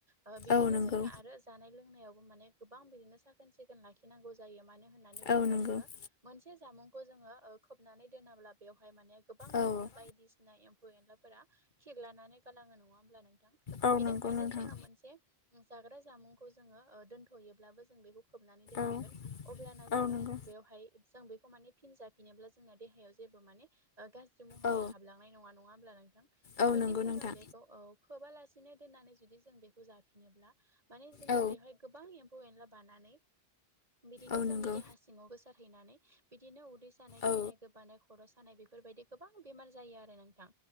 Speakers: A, on the right (about 40°); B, on the left (about 50°).
A: ओ बिदिनो
B: औ नंगौ
A: जोंना आरो जानाय लोंनायावबो माने गोबां बिदिनो साखोन सिखोन लाखिनांगौ जायो मानो होननानै बुङोब्ला
B: औ नंगौ
A: जोङो मोनसे जामुंखौ जोङो ओ खोबनानै दोनाब्ला बेवहाय माने गोबां बिदिनो
B: औ
A: बायदिसिना एम्फौ एनलाफोरा खिलानानै गालाङो नङा ओमब्ला नोंथां।
B: औ
A: बेनिखायनो
B: नंगौ नोंथां
A: जोङो मोनसे जाग्रा जामुंखौ जोङो ओ दथ'योबोब्लाबो बेखौ खोबनानै दोननांगोन
B: औ
A: अब्लाना
B: औ
A: जोङो
B: नंगौ
A: बेवहाय जों बेखौ माने फिन जाफिनोब्ला जोंना देहायाव जेबो माने गाज्रि मुहाया
B: औ
A: हाबला नाय नङा नङा ओमब्ला नोंथां
B: औ
A: जुदि
B: नंगौ
A: जोङो
B: नोंथां
A: बेखौ खोबा लासि नो दोननानै जुदि जों बेखौ जाफिनोब्ला माने जोंनो
B: औ
A: बेहाय गोबां एम्फौ एनला बानानै बिदिनो
B: औ
A: जोंनि
B: नंगौ
A: देहा सि ङाव गोसारहैनानै बिदिनो उदै सानाय
B: औ
A: खिनाय गोबानाय खर' सानाय बेफोरबायदि गोबां बेमार जायो आरो नोंथां